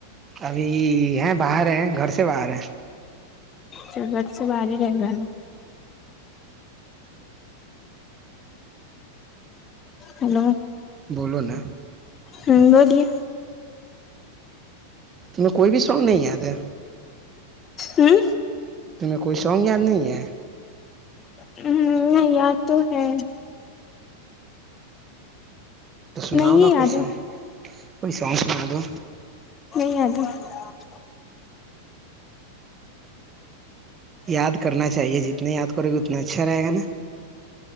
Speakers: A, on the right; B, on the left.
A: ابھی ہے باہر ہیں گھر سے باہر ہے
B: سورت سے باز ہی رہ رہا نا ہلو
A: بولو نا
B: ہوں بولیے
A: تمہیں کوئی بھی سونگ نہیں یاد ہے
B: ہوں
A: تم کوئی سوگان نہیں ہے
B: نہیں یاد تو ہے
A: تو سناؤ
B: نہیں
A: نا
B: یاد
A: کوئی
B: ہے
A: سب ائی سنگس میں دو
B: <unintelligible>
A: یاد کرنا چاہیے جتنا یاد کرو گے اتنا اچھا رہے گا نا